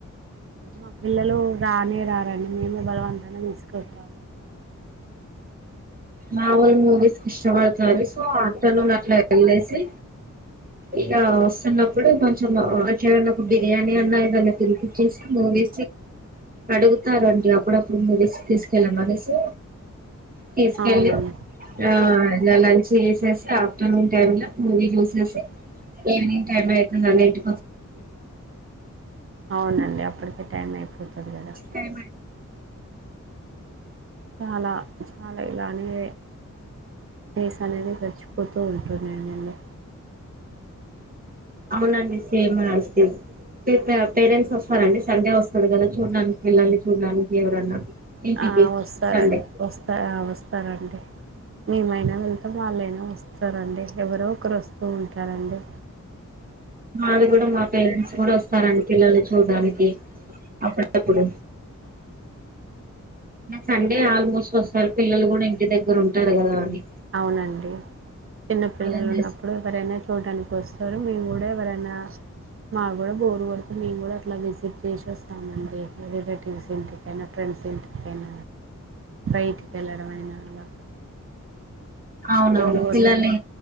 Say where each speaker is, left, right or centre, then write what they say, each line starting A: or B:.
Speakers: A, on the right; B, on the right.
A: మా పిల్లలు రానే రారండి మేము బలవంతంగా తీసుకెళ్తాము
B: మామూలు మూవీస్ <inaudible> ఇష్టపడతారు సో ఆఫ్టర్నూన్ అట్లా వెళ్లేసి
A: <inaudible>
B: ఇగా వస్తున్నప్పుడు కొంచెం అట్లేదన ఒక బిర్యానీ అన్నా ఏదనా తినిపించేసి మూవీ అడుగుతారు అండి అప్పుడప్పుడు మూవీస్ కి తీసుకెళ్ళమనేసి తీసుకెళ్ళి
A: అవునండి
B: ఆ అదిలా చేసేసి ఆఫ్టర్నూన్ టైమ్ లో మూ చూసేసి ఈవినింగ్ టైమ్ లో అయితుందింటి
A: అవునండి అప్పటికే టైం అయిపోతుంది కదా
B: టైం అయిపోతది
A: చాలా చాలా ఇలానే. డేస్ అనేది గచిపోతూ ఉంటున్నాయి అండి.
B: అవునండి సేమ్ అస్ టీస్. పే ప పేరెంట్స్ వస్తారండి సండే వస్తుంది కదా చూడ్డానికి పిల్లల్ని చూడ్డానికి ఎవరన్నా. ఇంటికి
A: ఆ వస్తారండి
B: సండే
A: వస్తా వస్తారండి. మేమైనా వెళ్తాం వాళ్ళైనా వస్తారండి ఎవరొకరు వస్తూ ఉంటారండి.
B: వాళు కూడా మా పేరెంట్స్ కూడా వస్తారండి పిల్లల్ని చూడ్డానికి. అప్పుడప్పుడు. సండే ఆల్మోస్ట్ వస్తారు పిల్లలు కూడా ఇంటి దగ్గర. దగ్గర ఉంటారు కదా అని.
A: అవునండి చిన్న పిల్లలు
B: వాళ్ళని
A: ఉన్నప్పుడు ఎవరైనా చూడ్డానికి. వస్తారు మేము గూడ ఎవరైనా. మా గూడ బోరు కొడుతుంది మేము కూడా అట్లా విజిట్ చేసి వస్తామండి. రిలేటివ్స్ ఇంటికి అయిన ఫ్రెండ్స్ ఇంటికి అయిన బైటికి వెళ్ళడం అయిన అలా
B: అవునవును
A: బోరు కొట్ట
B: పిల్లల్ని